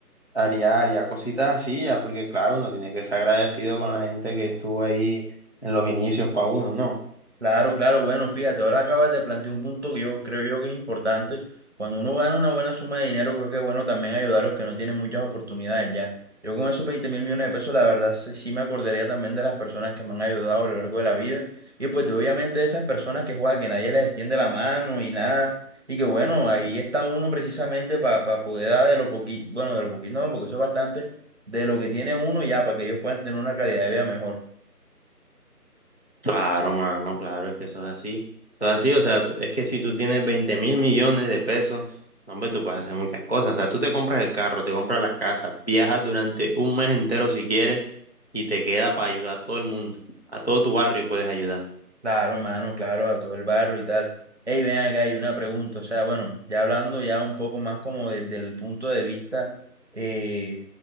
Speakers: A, on the left; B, on the right.
A: Haría, haría cositas así ya, porque claro, uno tiene que ser agradecido con la gente que estuvo ahí en los inicios para uno, ¿no?
B: Claro, claro, bueno, fíjate, ahora acabas de plantear un punto que yo creo yo que es importante. Cuando uno gana una buena suma de dinero, creo que es bueno también ayudar a los que no tienen muchas oportunidades ya. Yo con esos 20 mil millones de pesos, la verdad, sí, sí me acordaría también de las personas que me han ayudado a lo largo de la vida. Y pues de, obviamente de esas personas que juegan, que nadie les extiende la mano y nada. Y que bueno, ahí está uno precisamente para poder dar de lo poquito, bueno, de lo poquito, no, porque eso es bastante, de lo que tiene uno ya, para que ellos puedan tener una calidad de vida mejor.
A: Claro, mano, claro, es que eso es así. Eso es así, o sea, t- es que si tú tienes 20 mil millones de pesos, no, hombre, tú puedes hacer muchas cosas. O sea, tú te compras el carro, te compras la casa, viajas durante un mes entero si quieres y te queda para ayudar a todo el mundo. A todo tu barrio puedes ayudar.
B: Claro, mano, claro, a todo el barro y tal. Ey, ven acá, hay una pregunta. O sea, bueno, ya hablando ya un poco más como desde el punto de vista, eh,